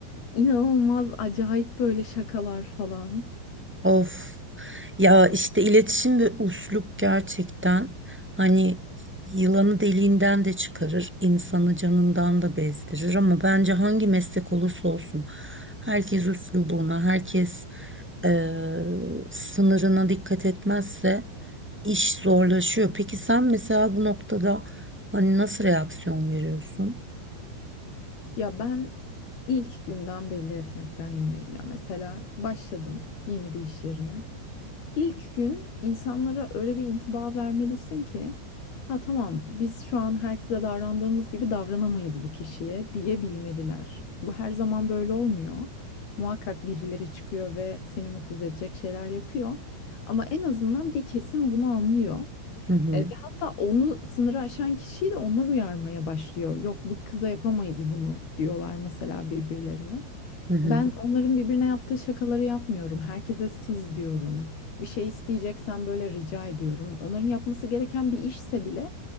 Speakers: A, on the left; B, in the centre.
A: İnanılmaz acayip böyle şakalar falan.
B: Of ya
A: Çok.
B: işte iletişim ve üslup gerçekten hani yılanı deliğinden de çıkarır, insanı canından da bezdirir ama bence hangi meslek olursa olsun herkes üslubuna, herkes eee, sınırına dikkat etmezse iş zorlaşıyor. Peki sen mesela bu noktada hani nasıl reaksiyon veriyorsun?
A: Ya ben ilk günden belli etmekten yanayım ya. Mesela başladın yeni bir iş yerine. İlk gün insanlara öyle bir intiba vermelisin ki ha tamam biz şu an herkese davrandığımız gibi davranamayız bu kişiye diyebilmeliler. Bu her zaman böyle olmuyor. Muhakkak birileri çıkıyor ve seni mutsuz edecek şeyler yapıyor. Ama en azından bir kesim bunu anlıyor.
B: Hı hı,
A: E, ve hatta onu sınırı aşan kişiyi de onlar uyarmaya başlıyor. Yok bu kıza yapamayız bunu diyorlar mesela birbirlerine.
B: hı hı.
A: Ben onların birbirine yaptığı şakaları yapmıyorum. Herkese siz diyorum. Bir şey isteyeceksen böyle rica ediyorum. Onların yapması gereken bir işse bile